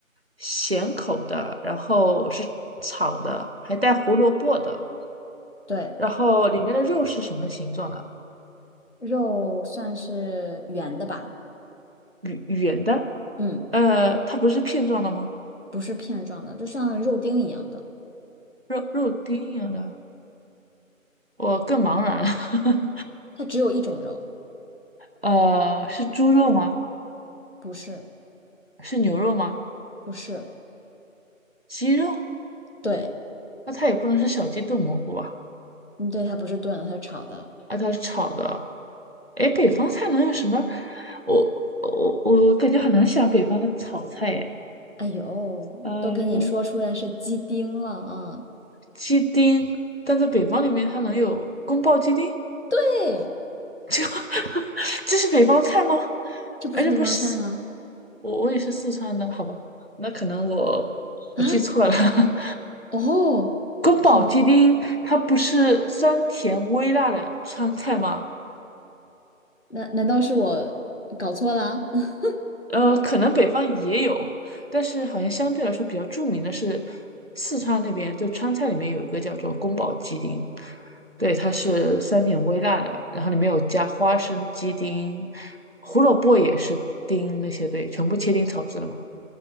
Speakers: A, on the right (about 45°); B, on the left (about 55°).
A: 咸口的，然后是炒的，还带胡萝卜的，
B: 对，
A: 然后里面的肉是什么形状的？
B: 肉算是圆的吧，
A: 圆圆的？
B: 嗯，
A: 呃，它不是片状的吗？
B: 不是片状的，就像肉丁一样的，
A: 肉肉丁一样的，我更茫然了。<laughs>
B: 它只有一种肉。
A: 呃，是猪肉吗？
B: 不是，
A: 是牛肉吗？
B: 不是，
A: 鸡肉？
B: 对，
A: 那它也不能是小鸡炖蘑菇吧？
B: 你对它不是炖的，它是炒的。
A: 那它是炒的。哎，北方菜能有什么？我我我感觉很难想北方的炒菜哎。
B: 哎呦，
A: 呃，
B: 都给你说出来是鸡丁了啊！
A: 鸡丁，但在北方里面它能有宫爆鸡丁？
B: 对，
A: <laughs> 这这是北方菜吗？
B: 这不是北方菜吗？
A: 而且不是我我也是四川的，好吧？那可能我我记错了。
B: 啊，
A: <laughs>
B: 哦，
A: 宫保鸡丁它不是酸甜微辣的川菜吗？
B: 好吧，难难道是我搞错了？<laughs>
A: 呃，可能北方也有，但是好像相对来说比较著名的是四川那边，就川菜里面有一个叫做宫保鸡丁，对，它是酸甜微辣的，然后里面有加花生、鸡丁、胡萝卜也是丁那些，对，全部切丁炒制的嘛。